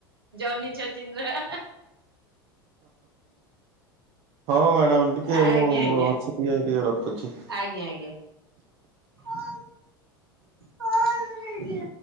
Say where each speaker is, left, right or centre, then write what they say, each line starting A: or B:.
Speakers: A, on the right; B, on the right.
A: ଜନ ଜତିନ୍ଦ୍ର
B: ହଉ ମ୍ୟାଡ଼ାମ ଟିକେ
A: ଆଜ୍ଞା
B: ମୁଁ
A: ଆଜ୍ଞା
B: ଅଛି ଟିକେ ଟିକେ ରଖୁଛି।
A: ଆଜ୍ଞା ଆଜ୍ଞା। ହ କଲେଲି।